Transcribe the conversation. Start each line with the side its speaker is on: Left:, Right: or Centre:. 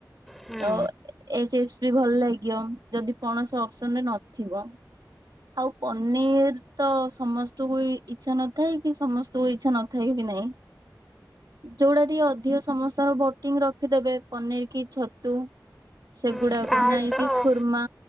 Centre: ହୁଁ
Right: ଓ ରୋଷେଇ ଭଲ ଲାଗିବ ଯଦି ପଣସ ଅପସନରେ ନଥିବ। ଆଉ ପନିର ତ ସମସ୍ତଙ୍କୁ ବି ଇଚ୍ଛା ନଥାଏ କି ସମସ୍ତକୁ ଇଚ୍ଛା ନ ଥାଇ ବି ନାହିଁ। ଯୋଉଟା ଟିକେ ଅଧିକ ସମସ୍ତଙ୍କର ଭୋଟିଂ ରଖିଦେବେ ପନିର କି ଛତୁ। ସେଗୁଡାକ
Centre: ପ୍ରାୟେତ
Right: ନାଇଁ ଯଦି
Centre: ହୁଁ।
Right: ଖୁର୍ମା